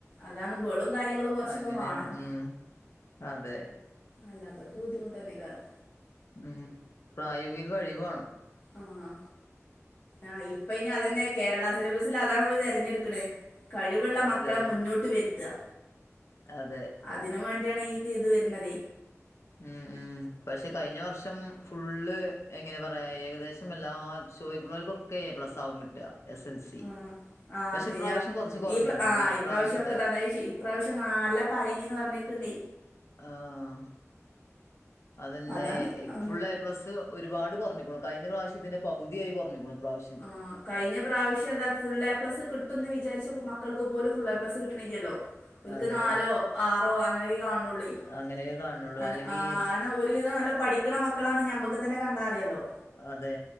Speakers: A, on the left; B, on the left.
A: അതാണ് ബേളും കാര്യങ്ങളും കുറച്ചൊക്കെ
B: അങ്ങനെയാണ്
A: വാണം
B: ഉം അതെ
A: അല്ലാതോൽക് ബുദ്ധിമുട്ടന്നയ്‌കാരം
B: ഉം പ്രായോഗിക കഴിവ്വേണം
A: ആഹ് ആഹ് ഇപ്പൊ ഇനി അതന്നെ കേരള സിലബസിൽ അതാണോല് തെരഞ്ഞെടുക്കണേ കഴിവുള്ള മക്കളെ
B: അതെ
A: മുന്നോട്ട് വരുത്ത
B: അതെ
A: അതിനു വേണ്ടിയാണ് ഈ ഇത് വരുന്നത
B: ഉം ഉം പക്ഷെ കഴിഞ്ഞ വർഷം ഫുള്ള് എങ്ങനെ പറയാ ഏകദേശം എല്ലാ ചോയ്ക്കുണവർക്കൊക്കെ പ്ലസ് ആവും കിട്ടുക എസ് എൽ സി
A: ഉം ആഹ്
B: പക്ഷെ
A: ശരിയാ
B: ഇപ്രാവശ്യം കുറച്ച് കുറഞ്ഞുക്കുണു
A: ഈ ആഹ്
B: ഈ
A: ഈപ്രാവശ്യൊക്ക
B: പ്രാവശ്യത്തെ
A: <unintelligible> ഇപ്രാവശ്യം നല്ല പരെനിന്ന് പറഞ്ഞേക്ക്ണ്ടേ
B: ആഹ് അതന്നെ
A: അതാണ് ആ
B: ഫുൾ എ പ്ലസ് ഒരുപാട് കൊറഞ്ഞിക്കുണു കഴിഞ്ഞ പ്രാവശ്യത്തിന്റെ പകുതിയായി കൊറഞ്ഞിക്കുണു ഇപ്രാവശ്യം.
A: ആഹ് കഴിഞ്ഞ പ്രാവശ്യം ഇതാ ഫുൾ എ പ്ലസ് കിട്ടുമ്ന്ന് വിചാരിച്ച മക്കൾക്ക് പോലും ഫുൾ എ പ്ലസ് കിട്ടിണില്ലല്ലോ ഓൽക്ക്
B: അതെ
A: നാലോ ആറോ അങ്ങനെയൊക്കെ കാണുള്ളുവെ
B: അങ്ങനെയേ കാണുള്ളൂ
A: അതന്നെ
B: അല്ലെങ്കി
A: ആഹ് ഒരു വിധം നല്ല പഠിക്കണ മക്കളാന്ന് ഞമ്മക്ക് തന്നെ കണ്ടാ അറിയല്ലോ
B: അതെ